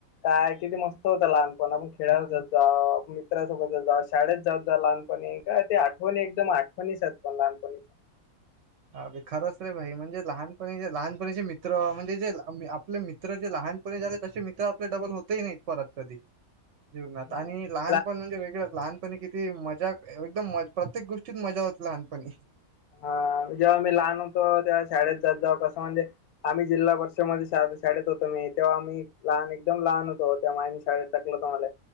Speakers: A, on the left; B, on the right.
A: काय किती मस्त होतं लहानपण आपण खेळाला जात जाऊ, आप मित्रासोबत जत जा शाळेत जात जाऊ लहानपणी एक. काय ते आठवणी एकदम, आठवणीचात लहानपणीच्या.
B: अे खरंच रे भाई म्हणजे लहानपणी जे लहानपणीचे मित्र म्हणजे जे आपले मित मित्र जे लहानपणी झाले तसे मित्र आपले डबल होतही नाहीत परत कधी जीवनात
A: हम्म.
B: आणि लहान
A: ला-
B: पण म्हणजे वेगळंच लहानपणी किती मजा एकदम प्रत्येक गोष्टीत मजा होती लहानपणी.
A: हा जेव्हा मी लहान होतो तेव्हा शाळेत जात जा कसं म्हणजे. आम्ही जिल्हा परिषदमध्ये शाळेत होतो मी तेव्हा आम्ही लहान लहान तेव्हाने शाळेत. टाकलं होतं मले.